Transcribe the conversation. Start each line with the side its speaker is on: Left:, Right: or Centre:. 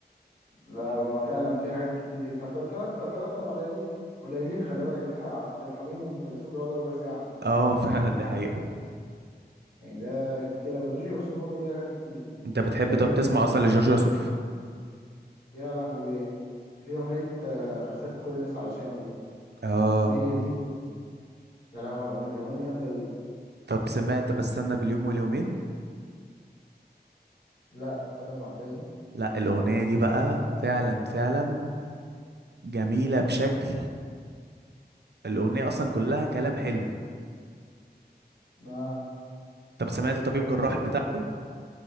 Left: لا هو فعلا في حاجات كتير جدا طب تلات تلات تلات اربع دقايق دي قليلين خلي بالك ده <laughs> عبد الحليم وام كلثوم بيقعدوا ربع ساعه
Right: اه <laughs> فعلا
Left: ولا حاجه
Right: دي حقيقه
Left: يعني ده كتير قوي وزوجي يوسف برضه ليه اغاني كتير
Right: انت بتحب
Left: ليه اغاني
Right: طب تسمع
Left: تحفه
Right: اصلا لجورج وسوف
Left: يا لهوي في اغنيه آه، خسرت كل الناس علشانه دي
Right: اه
Left: الاغنيه دي يا لهوي على الاغنيه دي الاغنيه دي جامده قوي
Right: طب سمعت بستنى باليوم واليومين
Left: لا تصدق ما سمعتهاش دي
Right: لا الاغنيه دي بقى فعلا فعلا جميله بشكل الاغنيه اصلا كلها كلام حلو
Left: اه
Right: طب سمعت طبيب جراح
Left: كمل
Right: بتاعته